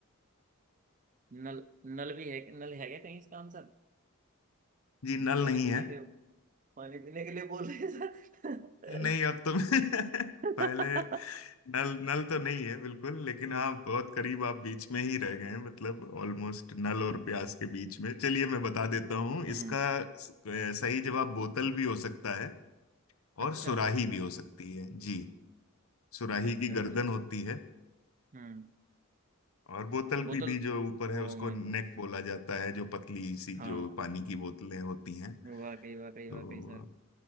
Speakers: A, on the right (about 35°); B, on the left (about 80°).
A: नल नल भी है नल है क्या कहीं इसका आंसर
B: जी नल
A: पानी
B: नहीं
A: पीने
B: है
A: के पानी पीने के लिए बोल रहे हैं सर
B: नहीं अब तो <laughs>
A: <laughs>
B: पहले नल नल तो नहीं है बिल्कुल लेकिन
A: हम्म
B: हाँ बहुत करीब आप बीच में ही रह गए हैं मतलब ऑलमोस्ट नल और प्यास के बीच में चलिए मैं बता देता हूँ
A: हम्म,
B: इसका स- अ, सही जवाब बोतल भी हो सकता है
A: अच्छा
B: और सुराही भी हो सकती है जी सुराही
A: अच्छा
B: की
A: अच्छा
B: गर्दन
A: अच्छा
B: होती है
A: हम्म
B: और बोतल
A: बोतल
B: की भी जो ऊपर
A: Oh
B: है उसको
A: my
B: नेक
A: god
B: बोला जाता है जो पतली सी
A: हाँ
B: जो पानी की बोतलें होती हैं
A: वाकई वाकई
B: तो
A: वाकई सर